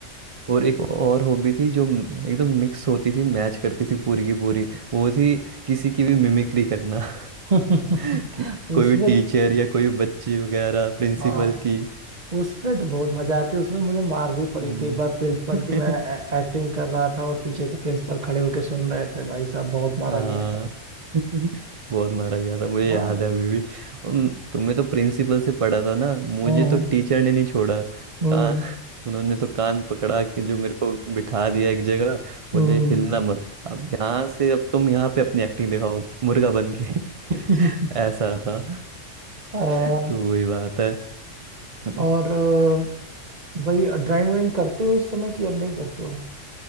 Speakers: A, on the right; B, on the right.
A: और एक और हॉबी थी जो म- एकदम मिक्स होती थी मैच करती थी पूरी की पूरी वो थी किसी की भी मिमिक्री करना
B: <laughs>
A: <laughs> कि
B: उसमें
A: कोई भी टीचर या कोई भी बच्चे वगैरह प्रिंसिपल
B: हाँ
A: की
B: उसमें तो बहुत मजा आती है। उसमें मुझे मार भी पड़ी
A: हम्म
B: थी एक बार प्रिंसिपल
A: <laughs>
B: की मैं एक्टिंग कर रहा था और पीछे से प्रिंसिपल खड़े होके सुन रहे थे भाई साहब बहुत मारा
A: हाँ
B: गया था
A: <laughs> बहुत मारा गया था मुझे याद
B: हाँ
A: है अभी भी उम, तुमने तो प्रिंसिपल से पढ़ा था ना मुझे
B: हम्म
A: तो टीचर ने नहीं छोड़ा कान
B: हम्म
A: <laughs> उन्होंने तो कान पकड़ा के जो मेरे को बिठा दिया एक जगह बोले
B: हम्म
A: हिलना मत अब यहाँ से अब तुम यहाँ पे अपनी एक्टिंग दिखाओ मुर्गा बन के <laughs>
B: <laughs>
A: ऐसा था
B: अम,
A: तो वही बात है
B: और अम, वही ड्राइंग वाइंग करते हो इस समय कि अब नहीं करते हो